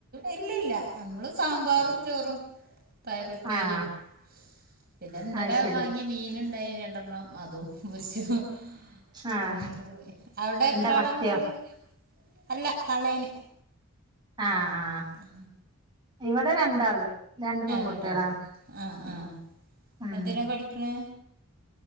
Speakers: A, on the right; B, on the right.
A: ഇല്ല ഇല്ല നമ്മള് സാമ്പാറും ചോറും പയറുപ്പേരിപിന്നെ
B: ആഹ്
A: ഇന്നലെ
B: അത് ശരി
A: വാങ്ങിയ മീനണ്ടായി രണ്ടെണ്ണം അതും ഫിസ്ഫ്അവിടെ
B: ആഹ്
A: എത്രാള്
B: എന്താ മത്തിയോ
A: മക്കള് അല്ല തളേന്
B: ആഹ് ആഹ്
A: ആഹാ
B: ഇവിടെ രണ്ടാള് രണ്ട് പെൺകുട്ടികളാ
A: രണ്ടാളും ആഹ ആഹ
B: ഉം
A: എന്തിനതിനാ പഠിക് ണ്